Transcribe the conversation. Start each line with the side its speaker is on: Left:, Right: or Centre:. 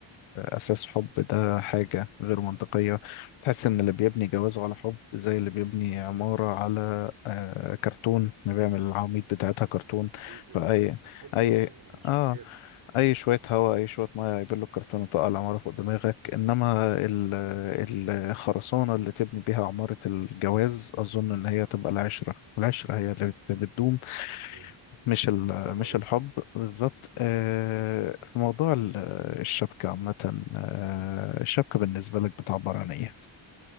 Left: أساس حب ده حاجة غير منطقية تحس إن اللي بيبني جوازه على حب زي اللي بيبني عمارة على آه، كرتون ما بيعمل العواميد بتاعتها كرتون
Right: حقيقي
Left: فأي
Right: اه الحب
Left: أي
Right: مش
Left: اه
Right: مقياس
Left: اي شويه هواء اي شويه ميه هيبل الكرتونه تقع العماره فوق دماغك انما ال- الخرسانه اللي تبني بيها عماره الجواز اظن ان هي تبقى العشره العشره هي اللي بت- بتدوم
Right: مم.
Left: مش ال-
Right: برافو
Left: مش
Right: عليك
Left: الحب بالظبط آه، في موضوع ال- الشبكه عامه آه، الشبكه بالنسبه لك بتعبر عن ايه